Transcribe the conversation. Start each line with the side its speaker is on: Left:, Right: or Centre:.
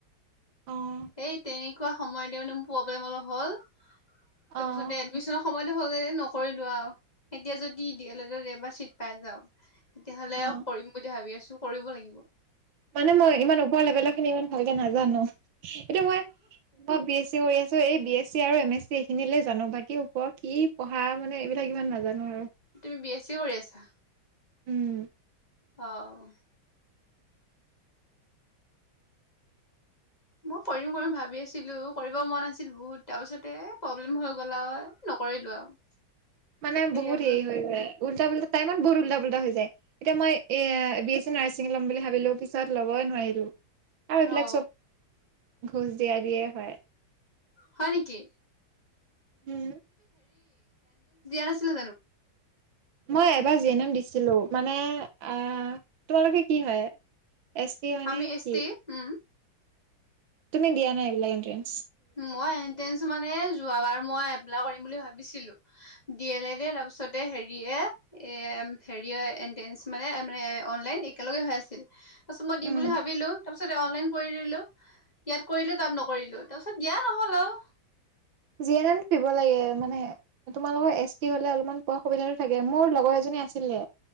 Right: অ',
Left: এই তেনে সময়তে মানে ম পোৱা প অলপ হল তাৰ
Right: অ',
Left: পিছতে এমিনৰয় মইতো স নকৰিলো আৰু এতিয়া যদি দি এল লেড ট এবাৰ চিট পাই যাও। তেতিয়াহলে
Right: অ'।
Left: কৰিম বুলি ভাবি আছো কৰিব লাগিব।
Right: মানে মই ইমান ওপৰ লেভেলৰ খিনি ইমান ভালকে নাজানো এটো মই, মই বি এছি কৰি আছো এই বি এছ চি আৰু এম এছ চি এইখিনিলে জানো বাকী ওপৰ কি পঢ়া মানে এইবিলাক ইমান নাজানো আৰু
Left: তুমি বি এছ চি কৰি আছা
Right: উম,
Left: অঁ মই কৰিম কৰিম ভাবি আছিলো কৰিব মন আাছিল বহুত তাৰ পাছতে প্ৰব্লেম হৈ গ'লাঐ কৰিলো আৰু।
Right: মানে
Left: হেৰিয়া
Right: বহুত
Left: বোলো
Right: হেৰি হৈ যায় উল্টা উ্টা টাইমত বহুত উল্টা প্টা হৈ যায় এতিয়া মই এ বি নাৰ্ছিং ল'ম বুলি ভাবিলোও পিছত ল'বই নোৱাৰিলো আৰু এইবিলাক
Left: অ
Right: চব ঘোচ দিয়া দিয়ে হয়
Left: হয় নেি
Right: উম
Left: না জো
Right: মই এবাৰ জি এন এম দিছিলো মানে আহ তোমালোকে কি হয়? এছ টি হয়নে
Left: আমি এছ
Right: কি?
Left: টি উম
Right: তুমি দিয়া নাই এইবিলাক এণ্ট্ৰেন্ঞ্চ
Left: মই এতে আছো মানে যোৱাবাৰ মই এপ্লাই কৰিম বুলি ভাবিছিলো দি এল লেদ তাৰপিছতে হেৰি এ-এ হেৰি এটে মানে অনলাইন একেলগে হৈ আছিল তাৰ পাছত
Right: এম
Left: মই দিম বুলি
Right: উম
Left: ভাবিলো তাৰ পিছত অনলাইন কৰি দিলো ইয়াত কৰিলো তাত নকৰিলো। তাৰপিছত দিয়া নহ'ল আৰু।
Right: জি এন এম পিব লাগে মানে তোমালোকৰ এছ টি হলে অলপমান পোৱা সুবিধাটো থাকে মোৰ লগৰ এজনী আছিলে